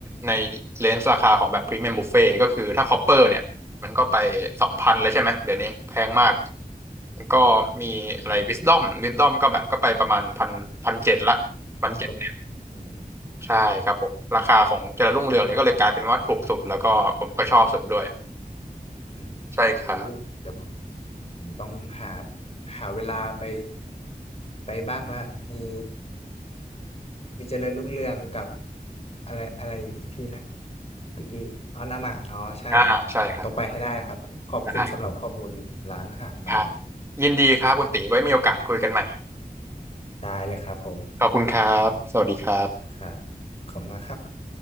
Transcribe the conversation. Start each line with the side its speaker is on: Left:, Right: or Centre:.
Right: ในเลนส์ราคาของแบบพรีเมียมบุฟเฟ่ก็คือถ้าคอปเปอร์เนี่ยมันก็ไปสองพันเลยใช่ไหมเดี๋ยวนี้แพงมากแล้วก็มีอะไรวิสดอมวิสดอมก็แบบก็ไปประมาณพันพันเจ็ดละ
Left: ครับ
Right: พันเจ็ดเนี่ย
Left: พันกว่าอืม
Right: ใช่ครับผมราคาของเจริญรุ่งเรืองเนี่ยก็เลยกลายเป็นว่าถูกสุดแล้วก็ผมก็ชอบสุดด้วย
Left: อืมโอ้
Right: ใช่ครับ
Left: เดี๋ยวผมผมต้องหาหาเวลาไปไปบ้างละมีมีเจริญรุ่งเรืองกับอะไรอะไรที่นะตะกี้อ๋อนามาอ๋อใช่
Right: อ่าใช่ครับ
Left: ผมต้องไปให้ได้ครับขอบคุณสำหรับข้อมูลร้านอาหารมากเลยนะ
Right: ได้ครับยินดีครับคุณตีไว้มีโอกาสคุยกันใหม่
Left: ได้เลยครับผม
Right: ขอบคุณครับ สวัสดีครับ
Left: ค่ะขอบคุณมากครับ